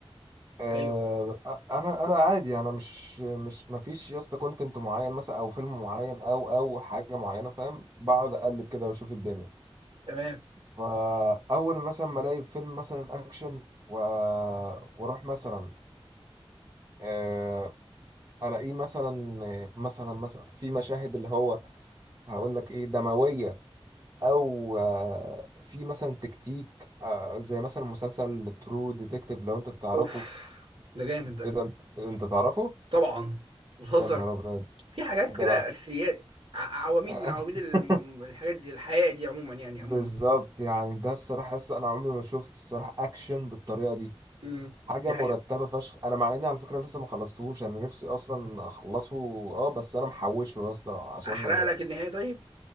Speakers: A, on the right; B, on the right.
A: آه
B: ايوه
A: انا انا عادي انا مش مش ما فيش يا اسطى كونتنت معين مثلا او فيلم معين او او حاجة معينة فاهم بقعد اقلب كده واشوف الدنيا
B: تمام
A: فاول مثلا ما الاقي فيلم مثلا اكشن و... واروح مثلا آه الاقيه مثلا مثلا مثلا في مشاهد اللي هو هقول لك ايه دموية او آه، في مثلا تكتيك آه، زي مثلا مسلسل ترو ديتكتيف لو انت تعرفه
B: اوف ده جامد ده
A: ايه ده انت انت تعرفه
B: طبعا بتهزر
A: يا نهار ابيض
B: في حاجات
A: ده
B: كده
A: انا
B: اساسيات ع- عواميد
A: <laughs>
B: من عواميد ال- الحاجات دي الحياه دي عموما يعني
A: بالظبط
B: عموما
A: يعني ده الصراحه لسه انا عمري ما شفت الصراحه اكشن بالطريقه دي
B: امم
A: حاجه
B: دي
A: مرتبه
B: حقيقة
A: فشخ انا مع اني على فكره لسه ما خلصتهوش انا نفسي اصلا اخلصه اه بس انا محوشه يا اسطى عشان
B: احرق
A: يعني
B: لك النهاية طيب